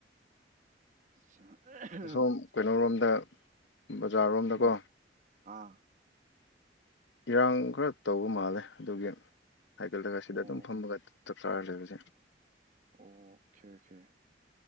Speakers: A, on the right; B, on the left.
A: <unintelligible>
B: ꯑꯁꯣꯝ ꯀꯩꯅꯣꯔꯣꯝꯗ ꯕꯖꯥꯔꯔꯣꯝꯗꯀꯣ
A: ꯎꯝ ꯑꯥ
B: ꯏꯔꯥꯡ ꯈꯔ ꯇꯧꯕ ꯃꯥꯜꯂꯦ ꯑꯗꯨꯒꯤ ꯍꯥꯏꯀꯠꯂꯒ ꯁꯤꯗ
A: ꯑꯣ
B: ꯑꯗꯨꯝ ꯐꯝꯃꯒ ꯆꯞ ꯆꯥꯔ ꯂꯩꯕꯁꯦ
A: ꯑꯣ ꯑꯣꯀꯦ ꯑꯣꯀꯦ